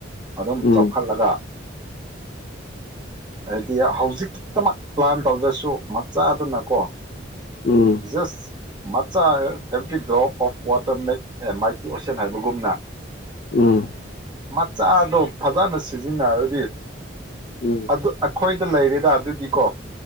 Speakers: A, on the right; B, on the left.
A: ꯑꯗꯨꯝ
B: ꯎꯝ
A: ꯆꯥꯎꯈꯠꯂꯒ
B: <unintelligible>
A: ꯍꯥꯏꯗꯤ ꯍꯧꯖꯤꯛꯛꯇꯃꯛ ꯄ꯭ꯂꯥꯟ ꯇꯧꯗ꯭ꯔꯁꯨ ꯃꯆꯥ ꯑꯗꯨꯅꯀꯣ
B: ꯎꯝ
A: ꯖꯁ ꯃꯆꯥ app drop of water make ꯑꯦ ꯃꯥꯏꯀꯤ ꯑꯣꯁꯟ ꯍꯥꯏꯕꯒꯨꯝꯅ
B: ꯎꯝ
A: ꯃꯆꯥꯗꯣ ꯐꯖꯅ ꯁꯤꯖꯤꯟꯅꯔꯗꯤ
B: ꯎꯝ
A: ꯑꯗꯨ ꯑꯩꯈꯣꯏ ꯑꯗꯨ ꯂꯩꯔꯦꯗ ꯑꯗꯨꯗꯤ ꯀꯣ